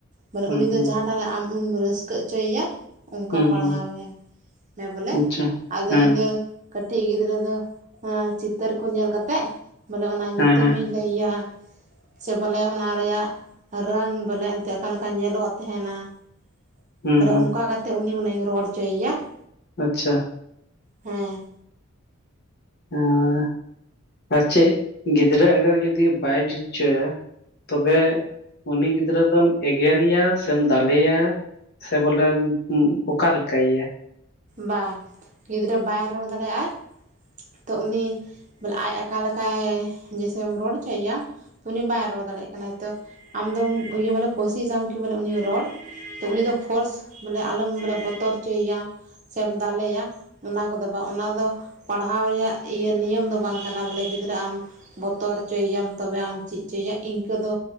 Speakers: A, on the right; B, on the left.
A: ᱢᱟᱱᱮ
B: ᱦᱩᱸ
A: ᱩᱱᱤ ᱫᱚ
B: ᱦᱩᱸ
A: ᱡᱟᱦᱟᱸᱴᱟᱜ ᱟᱢ ᱩᱱᱤᱢ ᱨᱟᱹᱥᱠᱟᱹᱜ ᱦᱚᱪᱚᱭᱮᱭᱟ ᱚᱱᱠᱟ
B: ᱦᱩᱸ
A: ᱯᱟᱲᱦᱟᱣ
B: ᱦᱩᱸ
A: ᱮᱢᱮ <inaudible> ᱵᱚᱞᱮ
B: ᱟᱪᱪᱷᱟ
A: ᱟᱫᱚ
B: ᱦᱮᱸ
A: ᱤᱧ ᱫᱚ ᱠᱟᱹᱴᱤᱡ ᱜᱤᱫᱽᱨᱟᱹ ᱫᱚ ᱚᱱᱟ ᱪᱤᱛᱟᱹᱨ ᱠᱚ ᱧᱮᱞ ᱠᱟᱛᱮᱫ ᱵᱚᱞᱮ ᱚᱱᱟ ᱧᱩᱛᱩᱢ
B: ᱦᱮᱸ ᱦᱮᱸ
A: ᱤᱧ ᱞᱟᱹᱭᱟᱭᱟ ᱾ ᱥᱮ ᱵᱚᱞᱮ ᱚᱱᱟ ᱨᱮᱭᱟᱜ ᱨᱚᱝ ᱵᱚᱞᱮ ᱮᱱᱛᱮᱫ ᱚᱠᱟ ᱞᱮᱠᱟ ᱧᱮᱞᱚᱜ ᱛᱟᱦᱮᱱᱟ ᱾
B: ᱦᱩᱸ
A: ᱢᱟᱱᱮ
B: ᱦᱩᱸ
A: ᱚᱱᱠᱟ ᱠᱟᱛᱮᱜ ᱩᱱᱤ ᱚᱱᱟᱧ ᱨᱚᱲ ᱦᱚᱪᱚᱭᱮᱭᱟ ᱾
B: ᱟᱪᱪᱷᱟ ᱾
A: ᱦᱮᱸ ᱾
B: ᱦᱮᱸᱻ ᱟᱨ ᱪᱮᱫ ᱜᱤᱫᱽᱨᱟᱹ ᱮᱜᱮᱨ ᱡᱩᱫᱤ ᱵᱟᱭ ᱡᱩᱛ ᱦᱚᱪᱚᱭᱟ ᱛᱚᱵᱮ ᱩᱱᱤ ᱜᱤᱫᱽᱨᱟᱹ ᱫᱚᱢ ᱮᱜᱮᱨᱮᱭᱟ ᱥᱮᱢ ᱫᱟᱞᱮᱭᱟ ᱥᱮ ᱵᱚᱞᱮᱢ ᱚᱠᱟ ᱞᱮᱠᱟᱭ ᱮᱭᱟ?
A: ᱵᱟ, ᱜᱤᱫᱽᱨᱟᱹ ᱵᱟᱭ ᱨᱚᱲ ᱫᱟᱲᱮᱭᱟᱜᱼ ᱟᱭ᱾ ᱛᱚ ᱩᱱᱤ ᱵᱚᱞᱮ ᱟᱡ ᱚᱠᱟ ᱞᱮᱠᱟᱭ ᱡᱮᱭᱥᱮᱢ ᱨᱚᱲ ᱦᱚᱪᱚᱭᱮᱭᱟ ᱛᱚ ᱩᱱᱤ ᱵᱟᱭ ᱨᱚᱲ ᱫᱟᱲᱮᱭᱟᱜ ᱠᱟᱱᱟᱭ, ᱛᱚ ᱟᱢᱫᱚᱢ ᱤᱭᱟᱹ ᱵᱚᱞᱮ ᱠᱳᱥᱤᱥᱟᱢ ᱠᱤ ᱵᱚᱞᱮ ᱩᱱᱤ ᱨᱚᱲ, ᱛᱚ ᱩᱱᱤ ᱫᱚ ᱯᱷᱳᱨᱥ ᱵᱚᱞᱮ ᱟᱞᱚᱢ ᱵᱚᱞᱮ ᱵᱚᱛᱚᱨ ᱦᱚᱪᱚᱭᱮᱭᱟᱢ ᱥᱮᱢ ᱫᱟᱞᱮᱭᱟ ᱚᱱᱟ ᱠᱚᱫᱚ ᱵᱟᱝ᱾ ᱚᱱᱟ ᱫᱚ ᱯᱟᱲᱦᱟᱣ ᱨᱮᱭᱟᱜ ᱤᱭᱟᱹ ᱱᱤᱭᱚᱢ ᱫᱚ ᱵᱟᱝ ᱠᱟᱱᱟ᱾ ᱵᱚᱞᱮ ᱜᱤᱫᱽᱨᱟᱹ ᱟᱢ ᱵᱚᱛᱚᱨ ᱦᱚᱪᱚᱭᱮᱭᱟᱢ ᱛᱚᱵᱮ ᱟᱢ ᱪᱮᱫ ᱦᱚᱪᱚᱭᱮᱭᱟ ᱤᱱᱠᱟᱹ ᱫᱚ